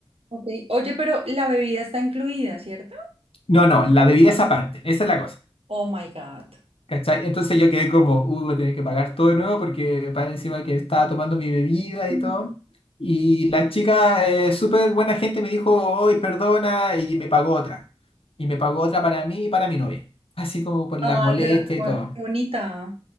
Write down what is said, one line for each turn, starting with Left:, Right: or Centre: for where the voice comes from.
Right: Ok. Oye, pero la bebida está incluida, ¿cierto?
Left: No, no, la bebida es aparte, esa es la cosa.
Right: Oh my God.
Left: ¿Cachai? Entonces yo quedé como, uy, voy a tener que pagar todo de nuevo porque para encima que estaba tomando mi bebida
Right: Ujú.
Left: y todo. Y la chica, eh, súper buena gente, me dijo, hoy perdona, y me pagó otra. Y me pagó otra para mí y para mi novia. Así como por
Right: Ay,
Left: la molestia
Right: pero qué bon-
Left: y todo.
Right: qué bonita.